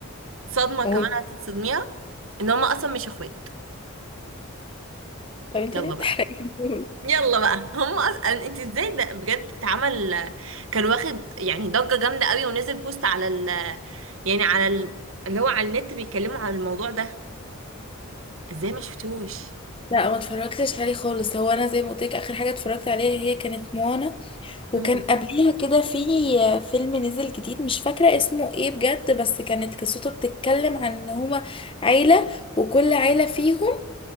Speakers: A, on the right; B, on the left.
A: صدمة
B: قول
A: كمان هتتصدميها ان هما اصلا مش اخوات
B: طب انت
A: يلا
B: ليه بتحرقي
A: بقى
B: <laughs>
A: يلا بقى هم اصلا انت ازاي ده بجد اتعمل كان واخد يعني ضجة جامدة قوي ونزل بوست على ال يعني على ال... اللي هو على النت بيتكلموا عن الموضوع ده ازاي ما شفتوش
B: لا ما اتفرجتش عليه خالص هو انا زي ما قلت لك اخر حاجه اتفرجت عليها هي كانت موانا وكان
A: امم
B: قبليها كده في فيلم نزل جديد مش فاكره اسمه ايه بجد بس كانت قصته بتتكلم عن ان هما عيله وكل عيله فيهم